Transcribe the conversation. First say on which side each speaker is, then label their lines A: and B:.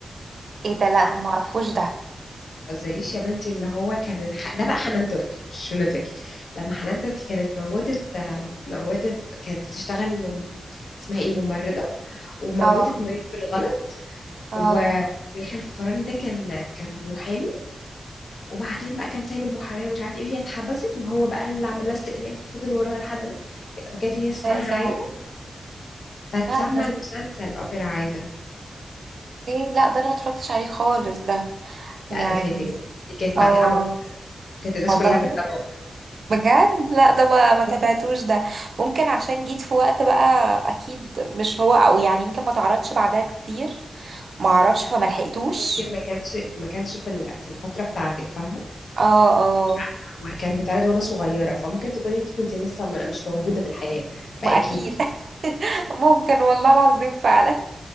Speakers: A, on the right; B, on the left.
A: ايه ده لا
B: آه،
A: ده انا معرفوش ده
B: متهزريش يا بنتي اللي هو كان ح- ده بقى حنان ترك مش منى زكي لما حنان ترك كانت موتت آه، موتت كانت بتشتغل آم، اسمها ايه ممرضه وموتت
A: اه
B: مريض بالغلط
A: اه
B: و- ويحيى الفخراني ده كان كان محامي وبعدين بقى كان سايب المحامية ومش عارف ايه وهي اتحبست وهو بقى اللي عمل لها استئناف وفضل وراها لحد ما فكانت هي اسمها
A: ده ايه ده
B: عايدة فتسمى
A: لا ده
B: المسلسل أوبرا عايدة
A: ايه لا ده انا ما اتفرجتش عليه خالص ده يعني
B: لا ده فاتك ده دي كانت
A: اه
B: ملحمة محترمة. كانت الناس
A: والله
B: كلها بتتابعه
A: بجد لا ده ما ما تابعتوش ده ممكن عشان جيت في وقت بقى اكيد مش هو او يعني يمكن ما تعرضش بعدها كتير ما اعرفش فما لحقتوش
B: ممكن ما كانش ما كانش في ال- في الفترة بتاعتك فاهمة
A: اه اه
B: مش عارفة هو كان بيتعرض وانا صغيرة فممكن تكوني انت كنت لسه ما- مش موجودة في الحياة فأكيد
A: ما اكيد <laughs> ممكن والله العظيم فعلا